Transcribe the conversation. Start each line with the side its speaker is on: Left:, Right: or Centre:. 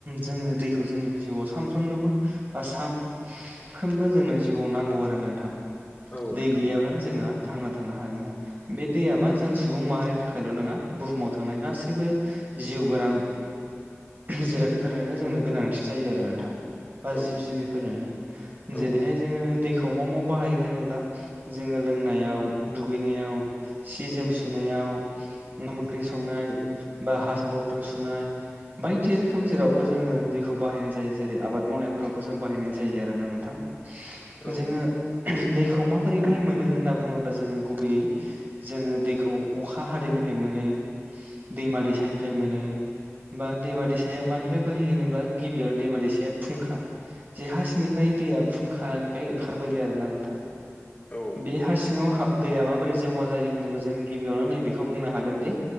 Right: जोङो दैखौ जोंनि जिउआव साफ्रोमनोबो बा सानफ्रोमबो जोंनो जिउआव नांगौ आरो नोंथां
Left: औ
Right: दै
Left: नोंथां
Right: गैयाब्लानो जों हा थांना थानो हानाया बे दै मा जों सुबुं माहारिनि थाखायल' नङा बुहुमाव थांनाय गासै गासैबो जिउ गोनां जिरादफोरनोनो जोंनो गोनांथि जायो आरो नोंथां
Left: औ
Right: बा जिब जिबिफोरानो
Left: औ
Right: जेरैहाय जोङो दैखौ मोव मोव बाहायो होनोब्ला जोङो लोंनायाव दुगैनायाव सि जोम सुनायाव ओंखाम ओंख्रि संनाय बा हास बरथन सुनाय बायदि रोखोम जेरावबो जोङो दैखौ बाहायनाय जायो जेरै आबाद मावनायफोरावबो जों बाहायनाय जायो आरोना नोंथां
Left: औ
Right: जोङो दैखौ माबोरैहाय मोनो होनना बुङोब्ला जोङो गुबैयै जोङो दैखौ अखा हादैनिफ्राय मोनो दैमा दैसानिफ्राय मोनो बा दैमा दैसाया मानिफ्राय बोहैयो होनोब्ला गिबियावनो दैमा दैसाया फुंखा जे हासिंनिफ्राय दैया फुंखानिफ्राय ओंखारबोयो आरोना नोंथां
Left: औ नोंथां
Right: बे हासि सिङाव दैया माबोरै जमा जायो होनोब्ला जों गिबियावनो नैबेखौ बुंनो हागोन दि